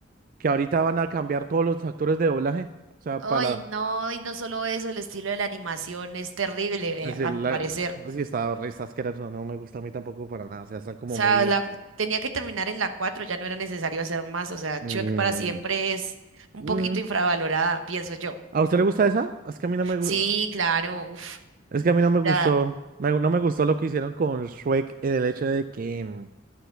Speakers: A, on the right; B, on the right.
A: que ahorita van a cambiar todos los actores de doblaje. O sea,
B: Ay,
A: para
B: no, y no solo eso, el estilo de la animación es terrible,
A: decir,
B: eh, a
A: la,
B: mi parecer.
A: así está, re está asqueroso, no me gusta a mí tampoco para nada. O sea, está como
B: O sea,
A: muy.
B: la- tenía que terminar en la 4, ya no era necesario hacer más. O sea,
A: mm,
B: Shrek para siempre es un
A: mm.
B: poquito infravalorada, pienso yo.
A: ¿A usted le gusta esa? Es que a mí no me gu-
B: Sí, claro, uf,
A: Es que a mí no me gustó.
B: ya,
A: me- no me gustó lo que hicieron con Shrek en el hecho de que mm,